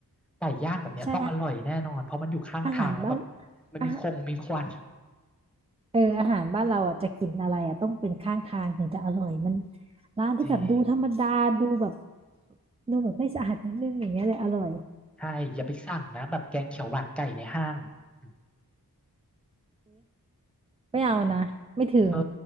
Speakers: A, in the centre; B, on the right.
A: ไก่ย่างแบบเนี้ยต้องอร่อยแน่นอนเพราะมันอยู่ข้างทางแล้วแบบ
B: ใช่อะอาหารบ้าน
A: มันมีคงมีควัน
B: อาหารเอออาหารบ้านเราอ่ะจะกินอะไรอ่ะต้องเป็นข้างทางถึงจะอร่อยมันร้านที่แบบดูธรรมดาดูแบบ
A: จริง
B: ดูแบบไม่สะอาดนิดนึงอย่างเงี้ยเลยอร่อย
A: ใช่อย่าไปสั่งนะแบบแกงเขียวหวานไก่ในห้างอืม
B: ไม่เอานะไม่ถึง
A: เธอ